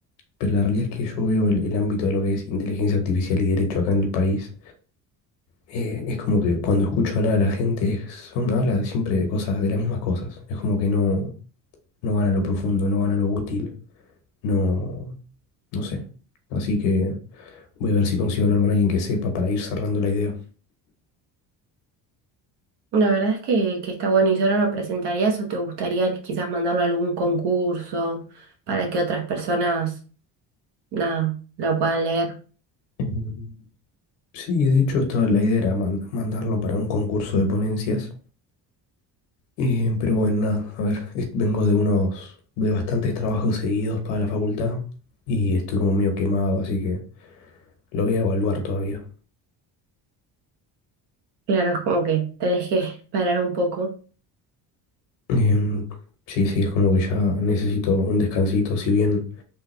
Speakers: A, on the left; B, on the right.
A: pero la realidad es que yo veo el, el ámbito de lo que es inteligencia artificial y derecho acá en el país eh, es como que cuando escucho hablar a la gente, es- son, habla siempre de cosas, de las mismas cosas. Es como que no, no van a lo profundo, no van a lo útil, no, no sé. Así que voy a ver si consigo hablar con alguien que sepa para ir cerrando la idea.
B: La verdad es que, que está bueno. ¿Y solo lo presentarías o te gustaría quizás mandarlo a algún concurso para que otras personas, nada, lo puedan leer?
A: Em, Sí, de hecho, estaba, la idea era man- mandarlo para un concurso de ponencias. Eh, pero bueno, nada, a ver, es- vengo de unos, de bastantes trabajos seguidos para la facultad y estoy como medio quemado, así que lo voy a evaluar todavía.
B: Claro, es como que tenés que <laughs> parar un poco.
A: Em, sí, sí, es como que ya necesito un descansito, si bien